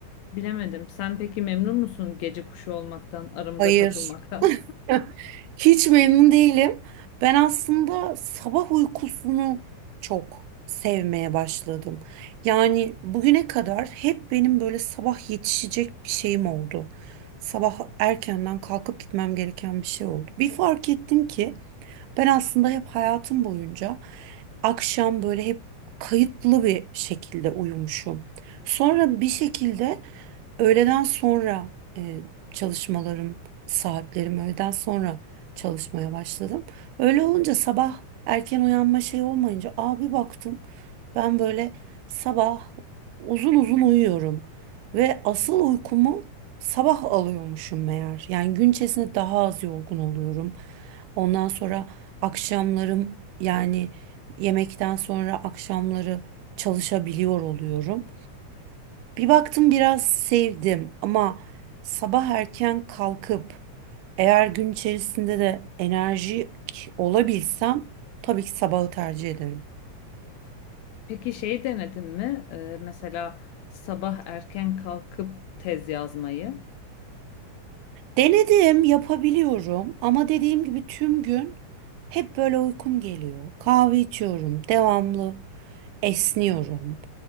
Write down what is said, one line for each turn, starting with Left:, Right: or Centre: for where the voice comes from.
Left: bilemedim. Sen peki memnun musun gece kuşu olmaktan aramıza
Right: Hayır.
Left: katılmaktan?
Right: <laughs> Hiç memnun değilim. Ben aslında sabah uykusunu çok sevmeye başladım. Yani bugüne kadar hep benim böyle sabah yetişecek bir şeyim oldu. Sabah erkenden kalkıp gitmem gereken bir şey oldu. Bir fark ettim ki ben aslında hep hayatım boyunca akşam böyle hep kayıtlı bir şekilde uyumuşum. Sonra bir şekilde Öğleden sonra e, çalışmalarım, saatlerim öğleden sonra çalışmaya başladım. Öyle olunca sabah erken uyanma şey olmayınca abi baktım ben böyle sabah uzun uzun uyuyorum ve asıl uykumu sabah alıyormuşum meğer. Yani gün içerisinde daha az yorgun oluyorum. Ondan sonra akşamlarım yani yemekten sonra akşamları çalışabiliyor oluyorum. Bir baktım biraz sevdim ama sabah erken kalkıp eğer gün içerisinde de enerji olabilsem tabii ki sabahı tercih ederim.
Left: Peki şey denedin mi Ee, mesela sabah erken kalkıp tez yazmayı
Right: Denedim, yapabiliyorum ama dediğim gibi tüm gün hep böyle uykum geliyor. Kahve içiyorum, devamlı esniyorum.